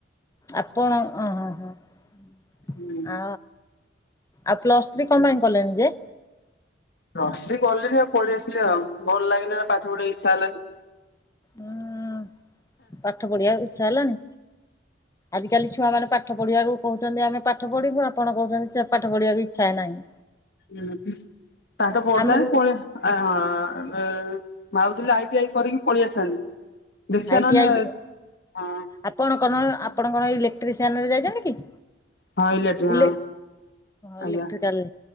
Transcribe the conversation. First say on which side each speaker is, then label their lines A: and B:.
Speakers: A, on the left; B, on the left.
A: ଆପଣ ଅ ହ ହ
B: ହୁଁ
A: ଆ ଆଉ ପ୍ଲସ ଥ୍ରୀ କଣ ପାଇଁ କଲେଣି ଯେ?
B: ପ୍ଲସ ଥ୍ରିି କଲିନି ଆଉ ପଳେଇ ଆସିଲି ଆଉ ଭଲ ଲାଗିଲନି ନା ପାଠ ପଢିବାକୁ ଇଚ୍ଛା ହେଲାଣି।
A: ହୁଁ ପାଠ ପଢିବାକୁ ଇଚ୍ଛା ହେଲାନି। ଆଜିକାଲି ଛୁଆମାନେ ପାଠ ପଢିବାକୁ କହୁଛନ୍ତି, ଆମେ ପାଠ ପଢିବୁ ଆପଣ କହୁଛନ୍ତି ପାଠ ପଢିବାକୁ ଇଚ୍ଛା ନାହିଁ?
B: ଉ ହୁଁ ତାଟା ପଡଥା
A: ଆମକୁ
B: ପଳିଆ ଆ ହଁ ଭାବୁଥିଲି ଆଇଟି ଆଇ କରିକି ପଳେଇ ଆସିଥାନ୍ତି। ଦେଖିବା
A: ଆଇ
B: ନହେଲେ
A: ଟି ଆଇ
B: ହଁ
A: ଆପଣ କଣ ଆପଣ କଣ ଇଲେକ୍ଟ୍ରିସିଆନରେ ଯାଇଛନ୍ତି କି?
B: ହଁ ଇଲେକ୍ଟ୍ରି
A: ଇଲେ
B: ହଁ
A: ଇଲେକ୍ଟ୍ରିକାଲ
B: ଆଜ୍ଞା